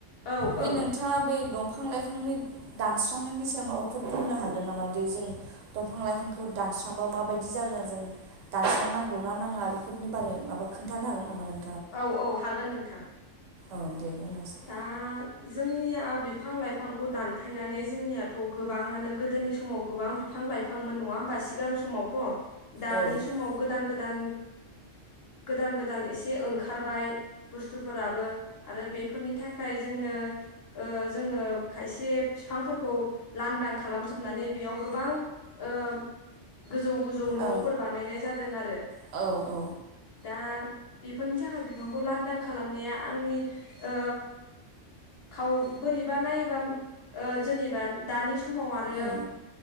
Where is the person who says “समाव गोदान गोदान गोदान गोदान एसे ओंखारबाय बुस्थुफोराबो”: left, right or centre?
Left